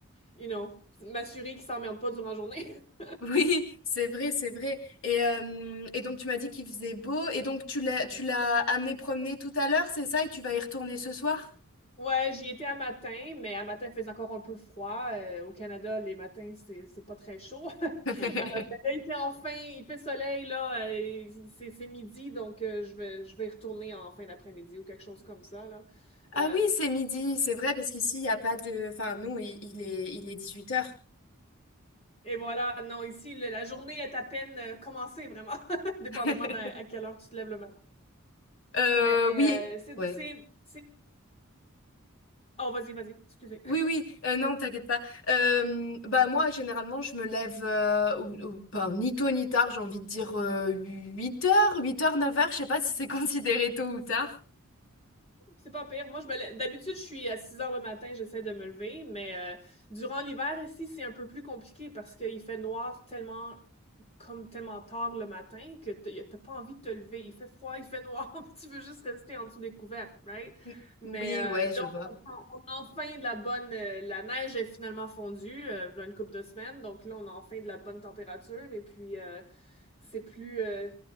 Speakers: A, on the left (about 30°); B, on the left (about 65°).
A: you know, m'assurer qu'il s'emmerde pas durant la journée. <laughs>
B: Oui, c'est vrai, c'est vrai. Et, euh, et donc tu m'as dit qu'il faisait beau et donc tu l'as tu l'as amené promener tout à l'heure, c'est ça? Et tu vas y retourner ce soir?
A: Ouais, j'y étais à matin, mais à matin, il faisait encore un peu froid. Euh, au Canada, les matins, c'est c'est pas très chaud. <laughs>
B: <laughs>
A: Euh, mais là, il fait enfin, il fait soleil, là. euh, il- c'est c'est midi, donc euh, je vais, je vais y retourner en fin d'après-midi ou quelque chose comme ça, là.
B: Ah
A: Euh,
B: oui, c'est midi, c'est vrai, parce qu'ici, il n'y a pas de... Enfin, nous, il, il est, il est 18 heures
A: et voilà, non, ici, le- la journée est à peine euh, commencée, vraiment, <laughs> dépendamment
B: <laughs>
A: d'à- à, quelle heure tu te lèves le matin.
B: Euh,
A: Mais euh,
B: oui,
A: c'est...
B: ouais.
A: c'est- c'est- Oh, vas-y, vas-y, excusez.
B: Oui, oui, euh, non, t'inquiète pas. Euh, bah moi, généralement, je me lève euh, ou, ou pas, ni tôt ni tard, j'ai envie de dire euh, huit heures huit heures neuf heures je sais pas si c'est <laughs> considéré tôt ou tard.
A: C'est pas pire. Moi, je me lève- D'habitude, je suis à 6 heures le matin, j'essaie de me lever, mais euh, durant l'hiver ici, c'est un peu plus compliqué parce qu'il fait noir tellement comme tellement tard le matin que t- t'as pas envie de te lever. Il fait froid, <laughs> il fait noir, <laughs> puis tu veux juste rester en dessous des couvertes, right?
B: M-
A: Mais
B: Oui,
A: euh,
B: ouais, je
A: là,
B: vois.
A: on, on- on a enfin de la bonne... euh, la neige est finalement fondue, euh, il y a une couple de semaines, donc là, on a enfin de la bonne température et puis euh, c'est plus... euh,